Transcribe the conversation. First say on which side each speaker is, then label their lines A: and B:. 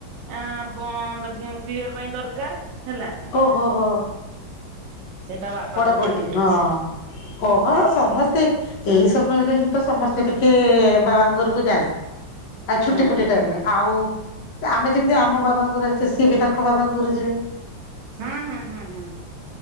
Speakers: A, on the right (about 70°); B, on the left (about 65°).
A: ଆଁ ବନ୍ଦ କି କ୍ଲିଅର ପାଇଁ ଦରକାର। ହେଲା
B: ଓହୋ ହୋ।
A: ସେ ତା ବାପା
B: ପଢାପଢି
A: ଘରୁ କାଲି ଯାଇଛି।
B: ହଁ ଓହୋ ସମସ୍ତେ ଏଇ ସମୟରେ ହିଁ ତ ସମସ୍ତେ ଟିକେ ବାବାଙ୍କ ଘରକୁ ଯାଆନ୍ତି। ଆ ଛୁଟି
A: ହୁଁ
B: ଫୁଟି ଟାଇମରେ ଆଉ ଆମେ ଯେମିତି ଆମ ବାବାଙ୍କର ସିଏବି ତାଙ୍କ ବାବା ଘରୁ ଯିବେ।
A: ହୁଁ ହୁଁ ହୁଁ ହୁଁ